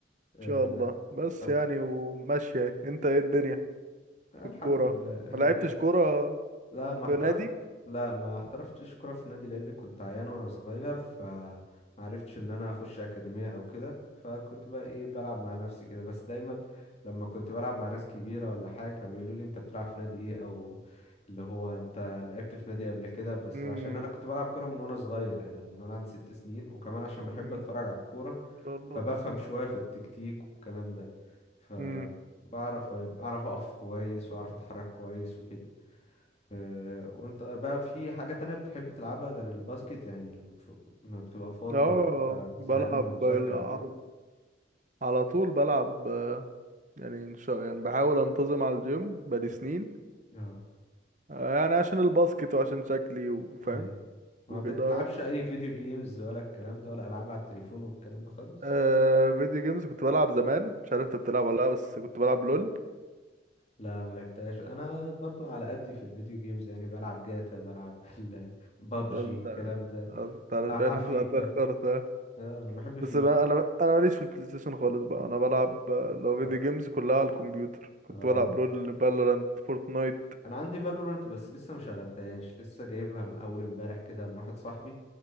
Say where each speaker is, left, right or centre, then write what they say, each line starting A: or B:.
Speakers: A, on the left; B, on the right.
A: آه،
B: ان شاء الله بس
A: طب
B: يعني وماشية انت ايه الدنيا
A: الحمد
B: في الكورة
A: لله <laughs>
B: ما لعبتش كورة
A: لا ما
B: في
A: احترفت
B: نادي
A: لا ما احترفتش كرة في نادي لان كنت عيان وانا صغير فما عرفتش ان انا اخش اكاديمية او كده فكنت بقى ايه بلعب مع نفسي كده بس دايما لما كنت بلعب مع ناس كبيرة ولا حاجة كانوا بيقولوا لي انت بتلعب في نادي ايه او اللي هو انت لعبت في نادي قبل كده بس
B: امم
A: عشان انا كنت بلعب كورة من وانا صغير انا من وانا عندي ست سنين وكمان عشان بحب
B: أمم،
A: اتفرج
B: ان
A: على الكورة
B: شاء الله
A: فبفهم شوية في التكتيك والكلام ده فبعرف
B: امم
A: بعرف اقف كويس واعرف اتحرك كويس وكده آه، وانت بقى في حاجة تانية بتحب تلعبها غير الباسكت يعني اللي ف- ما بتبقى فاضي
B: اه
A: لما بتبقى زهقان
B: بلعب
A: من المذاكرة
B: بلعب-
A: وكده
B: على طول بلعب آه، يعني ان شاء يعني بحاول انتظم على الجيم بقالي سنين
A: اه
B: آه، يعني عشان الباسكت وعشان شكلي وفاهم
A: ايوه ما
B: وكده
A: بتلعبش اي فيديو جيمز ولا الكلام ده ولا العاب على التليفون والكلام ده خالص
B: آه فيديو جيمز كنت بلعب زمان مش عارف انت بتلعب ولا لا بس كنت بلعب لول
A: لا ما لعبتهاش انا برضو على قدي في الفيديو جيمز يعني بلعب جاتا بلعب <laughs> ال- بابجي
B: ده انت
A: الكلام ده
B: آه، انت باين
A: بلعب
B: على
A: فيفا
B: قدك خالص آه.
A: اه انا بحب فيفا
B: بس بقى انا انا ماليش في البلاي ستيشن خالص بقى انا بلعب آه، لو فيديو
A: اه,
B: جيمز كلها على الكمبيوتر كنت
A: آه.
B: بلعب لول فالورانت فورتنايت
A: انا عندي فالورانت بس لسه ما شغلتهاش لسه جايبها من اول امبارح كده من واحد صاحبي